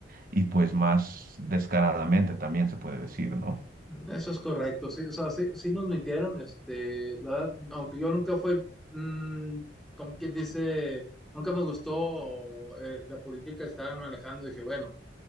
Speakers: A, on the right; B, in the centre.
A: y pues más descaradamente también se puede decir, ¿no?
B: Eso es correcto, sí, o sea, sí, sí nos mintieron, este, la verdad, aunque yo nunca fui, mm, como quien dice, nunca me gustó eh, la política que estaban manejando, dije, bueno,